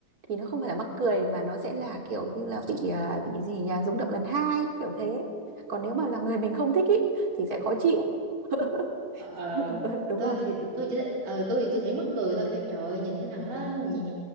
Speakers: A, on the right; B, on the right.
A: thì nó không phải là mắc cười mà nó sẽ là kiểu như là bị à, bị gì nhà rung động lần hai kiểu thế còn nếu mà là người mình không thích ý, thì sẽ khó chịu <laughs>
B: Ờ, ờ,
A: <laughs> đúng
B: tôi
A: không
B: thì tôi chỉ ờ, tôi thì tôi thấy mắc cười thôi kêu trời ơi, nhìn cái thằng đó
A: Ừ.
B: nhìn-